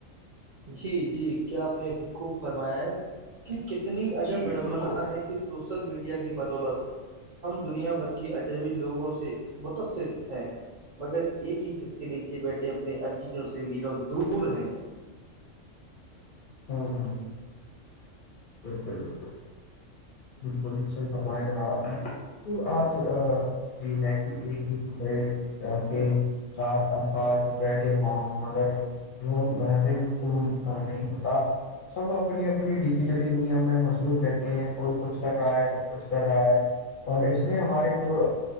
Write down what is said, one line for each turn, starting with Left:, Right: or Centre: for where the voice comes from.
Right: جی جی کیا آپ نے خوب فرمایا ہے کت کتنی اجب
Left: جی
Right: بڑمبنا
Left: بالکل
Right: ہے کہ سوشل میڈیا کی بدولت ہم دنیا بھر کے اجنبی لوگوں سے متثر ہیں مگر ایک ہی چھت کے نیچے بیٹھے اپنے عزیزوں سے میلوں دور ہیں <inaudible>
Left: <inaudible> بالکل بالکل بالکل سر فرمائے کا نام آپ نے تو آج <unintelligible> <inaudible> جی ہے کہ ایک ہی ک مے <unintelligible> <inaudible> کیونکہ چار ارفاد بیٹ <unintelligible> <inaudible> ہ مگر وہ وہ نہیں ہوتا سب اپنی اپنی <unintelligible> جتی دنیا میں مصروف رہتے ہیں کوئی کچھ کر رہا ہے کوئی کچھ کر رہا ہے اور اس نے ہمارے جو